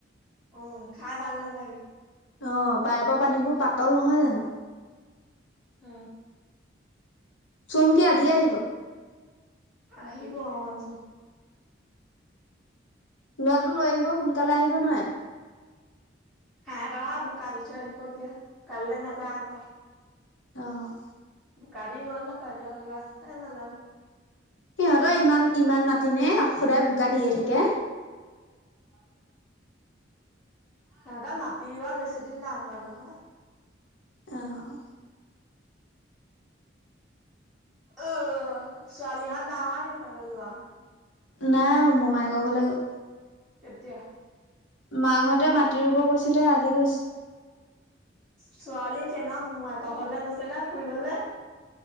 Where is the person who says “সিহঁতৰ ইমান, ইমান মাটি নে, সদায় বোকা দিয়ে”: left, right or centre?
Left